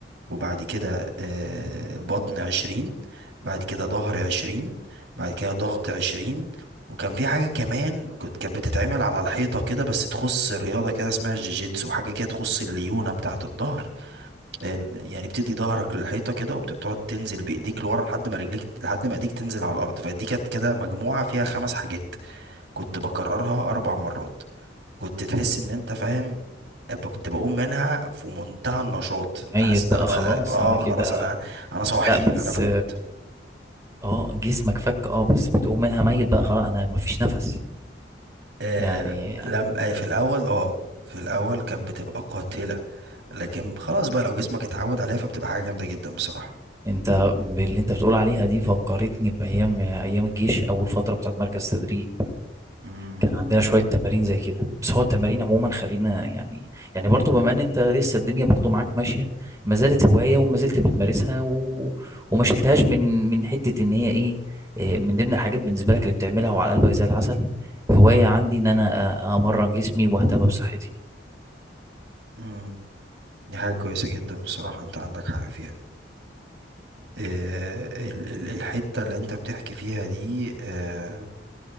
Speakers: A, on the right (about 80°); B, on the right (about 20°).
A: وبعد كده آه، بطن عشرين بعد كده ظهر عشرين بعد كده ضغط عشرين وكان في حاجة كمان كنت كانت بتتعمل على الحيطة كده بس تخص الرياضة كده اسمها الجيجيتسو حاجة كده تخص الليونة بتاعة الظهر لأن- يعني بتدي ظهرك للحيطة كده وبتقعد تنزل بإيديك لورا لحد ما رجليك لحد ما إيديك تنزل على الأرض فدي كانت كده مجموعة فيها خمس حاجات كنت بكررها أربع مرات كنت تحس إن أنت فاهم ب- كنت بقوم منها في منتهى النشاط انت
B: ميت
A: حاسس ان
B: بقى
A: انا بقى
B: خلاص
A: بقى- اه
B: انا كده
A: خلاص انا انا صاحي
B: لا بس
A: انا فقت
B: اه جسمك فك اه بس بتقوم منها ميت بقى خلاص انا مفيش نفس
A: آه
B: يعني
A: لم آه في الاول اه في الاول كانت بتبقى قاتلة لكن خلاص بقى لو جسمك اتعود عليها فبتبقى حاجة جامدة جدا بصراحة
B: انت باللي انت بتقول عليها دي فكرتني بايام ايام الجيش اول فتره بتاعت مركز تدريب
A: امم
B: كان عندنا شوية تمارين زي كده بس هو التمارين عموما خلينا يعني يعني برضو بما ان انت لسه الدنيا برضو معاك ماشية ما زالت هواية وما زلت بتمارسها و... وما شلتهاش من من حتة ان هي ايه إيه من ضمن الحاجات بالنسبة لك اللي بتعملها وعلى قلبك زي العسل هواية
A: امم
B: عندي ان انا أ- امرن جسمي واهتم بصحتي
A: امم دي حاجة كويسة جدا بصراحة انت عندك حق فيها آه ال ال الحتة اللي انت بتحكي فيها دي آه